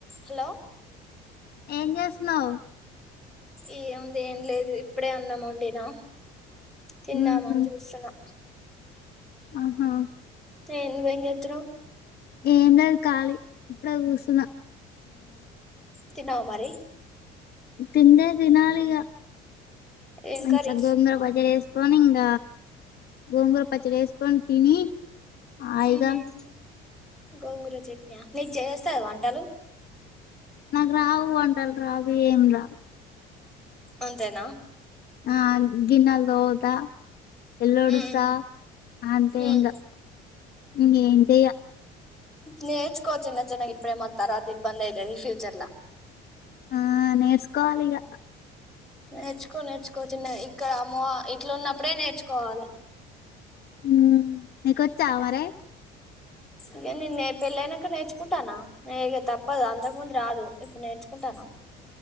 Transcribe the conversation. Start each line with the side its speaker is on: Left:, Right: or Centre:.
Centre: Hello
Left: ఏం జెస్తున్నావ్
Centre: ఏముంది ఏం లేదు ఇప్పుడే అన్నాముండినా తిన్నాదమ్మని
Left: మ్మ్
Centre: చూస్తున్నా
Left: ఆహా
Centre: ఏ నువ్వే ఏం జేతున్నావ్
Left: ఏంలేద్ ఖాళీ ఇప్పుడే కుసన్నా
Centre: తిన్నావా మరి
Left: తిండే తినాలి ఇగా
Centre: ఏం
Left: మంచిగా
Centre: కర్రీ
Left: గోంగూర పచ్చడి చేసుకొని ఇగ్ గోంగూర పచ్చడి ఎస్కొని తిని హాయిగా
Centre: మ్ హు గోంగూర చెక్న నీకు చేయొస్తాద వంటలు
Left: నాకు రావు వంటలు రావు ఏం రావ్
Centre: అంతేనా
Left: ఆ గిన్నేలు తోముత ఎల్డుస్త
Centre: ఉమ్
Left: అంతే
Centre: ఉమ్
Left: ఇంగా ఇంగెం చెయ్య
Centre: నేర్చుకో చిన్న చిన్నగా ఇప్పుడే మల్ తర్వాత ఇబ్బంది అయితది ఫ్యూచర్ల
Left: ఆ నేర్స్కోవాలిగ
Centre: నేర్చుకో నేర్చుకో చిన్న ఇక్కడ అమ్మ ఇట్లు ఉన్నప్పుడే నేర్చుకోవాలె
Left: ఉమ్ నీకొచ్చా మరే
Centre: ఇగా నేను పెళ్ళి అయినంక నేర్చుకుంటానా ఇగా తప్పదు అంతకు ముందు రాదు ఇప్పుడు నేర్చుకుంటానా